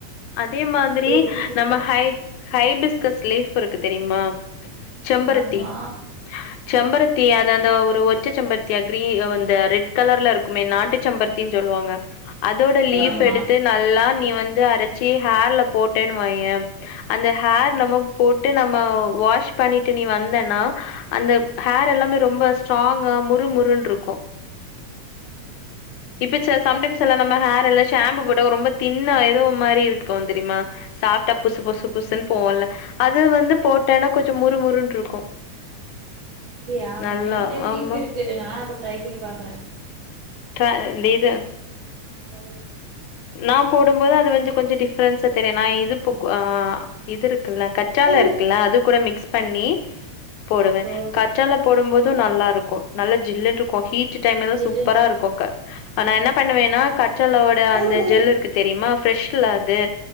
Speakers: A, on the left (about 85°); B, on the right (about 50°).
A: அதே மாதிரி
B: எப்டி வச்சிருப்பாங்க
A: நம்ம ஹ ஹைபிஸ்கஸ் லிப் இருக்கு தெரியுமா செம்பருத்தி
B: ஆமா
A: செம்பருத்தி
B: ம்
A: அது அந்த அ ஒரு ஒற்ற செம்பருத்தி கிரீ அந்த ரெட் கலர்ல இருக்குமே நாட்டு செம்பருத்தின்னு சொல்லுவாங்க அது அதோட லீஃப்
B: ஆமா
A: எடுத்து நல்லா நீ வந்து அரைச்சி ஹேர்ல போட்டேன்னு வையேன் அந்த ஹேர் நம்ம போட்டு நம்ம வாஷ் பண்ணிட்டு நீ வந்தன்னா அந்த ஹேர் எல்லாமே ரொம்ப ஸ்ட்ராங்கா முருமுருன்னு இருக்கும்
B: ம்
A: இப்ப செஸ் சம்டைம்ஸ் எல்லா நம்ம ஹேர் எல்லா ஷாம்பு போட்டு ரொம்ப தின்னாயிடு ஏதோ மாரி இருக் கோ தெரியுமா சாப்டா புசு
B: ஆமா
A: புசு புசுன்னு போவும்ல அது வந்து போட்டனா கொஞ் சு முறு முறுனு இருக்கும்
B: அப்புடியா
A: நல்லா
B: என்ட லீஃப்
A: ஆமா
B: இருக்கு நா அப்ப ட்ரை பண்ணி பாக்குறேன்
A: கா இந்த இது
B: இல இருக்கு
A: நா போடும் போது அது வந்து கொஞ்ச டிஃப்ரன்ஸா தெரியு நா இது ஆ இது இருக்குல்ல கற்றால
B: ஆமா.
A: இருக்குல்ல அது கூட மிக்ஸ் பண்ணி போடுவே
B: ஓ
A: கற்றால போடும் போதும் நல்லா இருக்கும் நல்ல ஜில்லுன் இருக் கொஃபி சி டைம்ல
B: ஜில்லுனு
A: சூப்பரா இருக்கும் அப்ப ஆ நா என்ன பண்ணுவேன்னா கற்றாழ ஓட
B: ம்
A: அந்த ஜெல்லு இருக்கு தெரியுமா ஃபிஷ்ல அத் அது